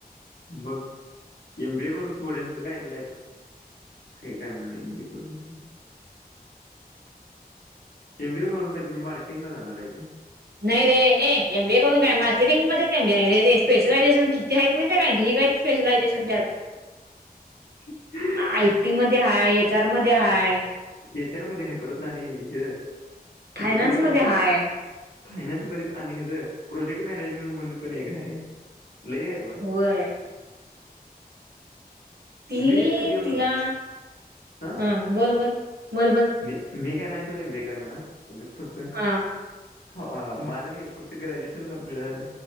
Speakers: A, on the left; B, on the right.
A: मग एम बी ए करून पोरेच काय आहे. काही करणार एमबीए करून. एम बी वरून काय तुम्ही मार्केटिंग ला जाणार आहे काय.
B: नाही रे, ये एम बी ए करून काय मार्केटिंग मध्येच एम बी ए आहे रे, स्पेशलायझेशन किती हायत माहित काय ढिग. <unintelligible> स्पेशलायझेशन त्यात,
A: काय
B: आय टी मध्ये हाय, एच आर मध्ये हाय.
A: एच आर मध्ये हायत परतन आणि हे, कुठलं
B: फायनान्स
A: तुला
B: मध्ये
A: सांगतो.
B: हाय
A: फायन्स मध्ये आणि हेज, प्रोजेक्ट मॅनेजमेंट म्हणून पण एक हाय. लै हायत बाळ.
B: होय ती
A: एचा डेव
B: तिला,
A: हां
B: हा बोल, बोल, बोल, बोल.
A: मी मी काय नाही सोड एम बी ए‌ करणार उगस फक्त,
B: हा
A: हो माझं घे फक्त ग्रॅज्युएशन कंप्ललीट झालं,